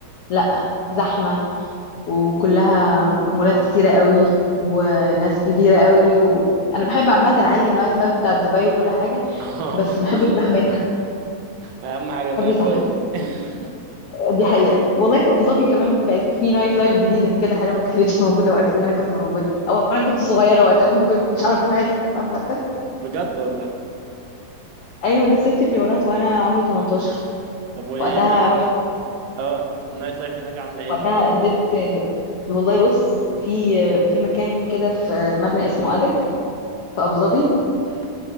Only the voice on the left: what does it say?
لا زحمه وكلها مولات كتيرة قوي وناس كبيرة قوي و... انا بحب عامة عادي النايت لايف بتاع دبي وكل حاجة
بس ما بحبش زحمتها
ما
بحبش زحمتها
دي حقيقة والله في ابو ظبي كمان بقت في نايت لايف جديدة كده حلوة ما كانتش موجودة وقت ما انا كنت موجودة او انا كنت صغيرة وقتها فما كنتش اعرف النايت لايف عامة
ايوه انا سبت الامارات وانا عمري 18
وقتها
رحت
وقتها
قدمت والله بص في في مكان كده في مبنى اسمه ادك في ابو ظبي